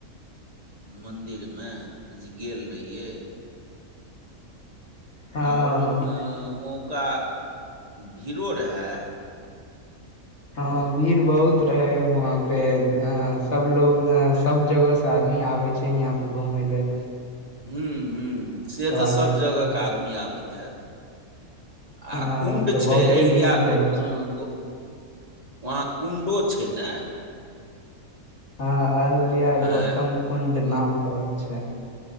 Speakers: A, on the right (about 25°); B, on the left (about 50°).
A: मन्दिरमे जे गेल रहियै
B: हँ
A: और हुनौका भीरो रहेय
B: हँ भीड़ बहुत रहे वहा पे अ सभलोग सब जगहसँ आदमी आबै छै यहाँपर घुमय लए
A: ह्म ह्म से तऽ
B: आबैत
A: सभ जगहके
B: रहे
A: आदमी आबैत हैत
B: हँ
A: आ कुण्ड
B: ओतऽ
A: छै
B: बहुते
A: अहिल्या
B: भीड़ रहै
A: गो
B: छै
A: गो वहाँ कुण्डो छै न
B: हँ अहिल्या
A: आँय
B: गौतम कुंड नाम कहै छै